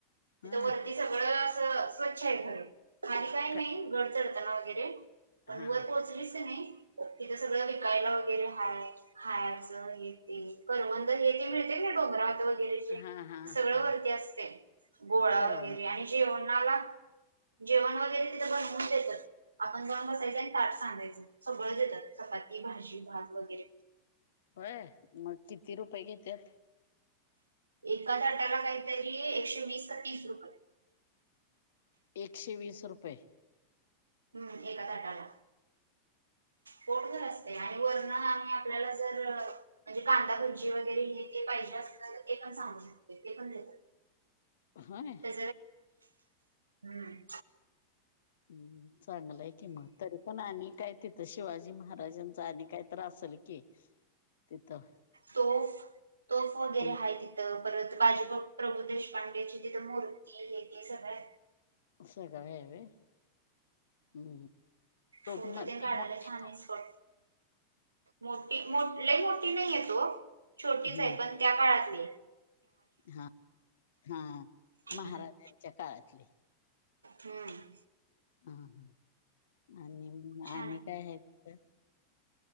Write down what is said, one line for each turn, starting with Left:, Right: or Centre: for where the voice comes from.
Left: होय
Right: तिथ वरती सगळं असं स्वच्छ आहे. खरं, खाली काही
Left: क
Right: नाही गड चढताना वगैरे... पण
Left: हा
Right: वर पोहोचलीस कनाई. तिथं सगळं विकायला वगैरे हाय, खायाच हे ते तर मग तिथे हे ते मिळते. ना डोंगरतच
Left: हा हा
Right: सगळ
Left: हा
Right: वरती असते. गोळा
Left: करवंद
Right: वगैरे आणि जेवणाला जेवण वगैरे तिथं बनवून देत्यात. आपण जाऊन बसायचं आणि ताट सांगायचं. सगळं देत्यात चपाती, भाजी, भात वगैरे.
Left: व्हय. मग किती रुपय घेत्यात?
Right: एका ताटाला, काहीतरी एकशे वीस का. तीस रुपय.
Left: एकशे वीस रुपय...
Right: हम्म... एका ताटाला. पोटभर असतय आणि वर्ण आणि आपल्याला जर म्हणजे, कांदा घ <inaudible> <unintelligible> वगैरे हे ते पाहिजे असतय. ते पण सांगू शकते ते पण देत्यात.
Left: <unintelligible>
Right: <unintelligible> हम्म.
Left: हम्म.... चांगलंय की मग, तरी पण आणि काय तिथं, शिवाजी महाराजांच आणि काय तर असेल की, तिथं?
Right: तोफ... तोफ वगैरे
Left: हम्म,
Right: आहे तिथं. परत बाजी प्रभू देशपांडेची तिथं मू <inaudible> <unintelligible> सगळय.
Left: सगळं आहे व्हय. हम्म... तोफ
Right: फोटो ते
Left: ती
Right: काढायला
Left: मोठी
Right: छान
Left: तोफ
Right: आहे स्पॉट मोठी मो लई मोठी नाहीये तोफ छोटीचे.
Left: हम्म
Right: पण त्या काळातलीय.
Left: हा.... हा.
Right: हं....
Left: महाराजांच्या काळातले
Right: हम्म.
Left: हं, हं आणि म
Right: छान
Left: आणि
Right: आहे
Left: काय हाय तिथं